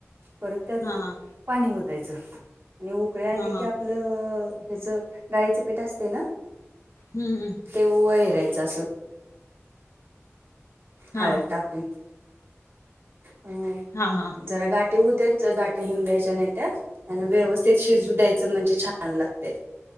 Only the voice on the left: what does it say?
हा हा
हा हा
हम्, हम्
हा
हा हा,